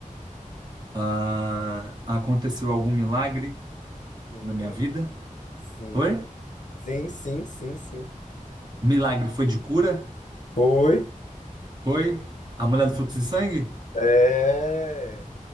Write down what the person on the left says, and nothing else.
Sim,
sim,
sim, sim, sim, sim.
Foi.
É.